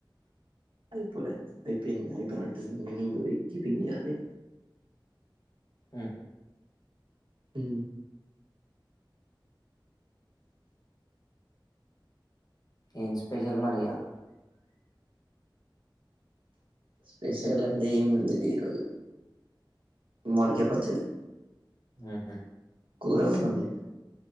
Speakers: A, on the right; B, on the left.
A: అయిపోలే అయిపోయింది అయిపోయినట్టుంది ఇక మేము పోకి పని
B: ఉహో
A: మ్
B: ఏం స్పెషల్ మరి ఇయ్యాల
A: స్పెషల్ అంటే ఏం లేదు ఈరోజు మడిక పచ్చడి
B: ఆహ
A: కురోజుకొనులే